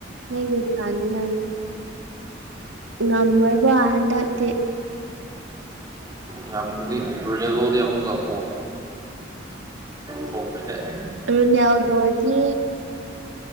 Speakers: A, on the right (about 90°); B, on the right (about 20°).
A: ꯅꯪꯒꯤ ꯐꯅꯤꯉꯥꯢꯅꯤ ꯉꯝꯃꯣꯢꯕ ꯍꯟꯗꯛꯇꯤ
B: ꯉꯝꯒꯅꯤ ꯔꯣꯅꯥꯜꯗꯣꯗꯤ ꯑꯃꯨꯀ ꯄꯣ ꯊꯣꯛꯈ꯭ꯔꯦ <inaudible>
A: ꯔꯣꯅꯥꯜꯗꯣꯗꯤ